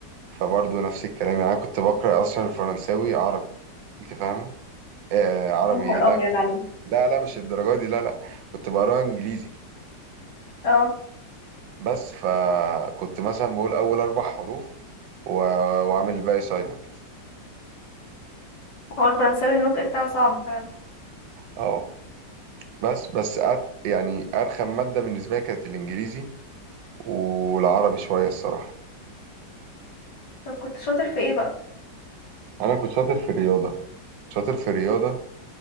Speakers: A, on the right; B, on the left.
A: فبرضه نفس الكلام يعني انا كنت بقرا اصلا الفرنساوي عربي انت فاهمه آه عربي
B: يا نهار
A: إيه؟ لا
B: ابيض
A: كنت
B: عليك
A: لا لا مش الدرجة دي لا لا كنت بقراها انجليزي
B: اه
A: بس فكنت مثلا بقول اول اربع حروف و... واعمل الباقي سايلنت
B: هو الفرنساوي النطق بتاعه صعب فعلا
A: اه بس بس أت... يعني ارخم مادة بالنسبة لي كانت الانجليزي والعربي شوية الصراحة
B: طب كنت شاطر في ايه بقى
A: انا كنت شاطر في الرياضة شاطر في الرياضة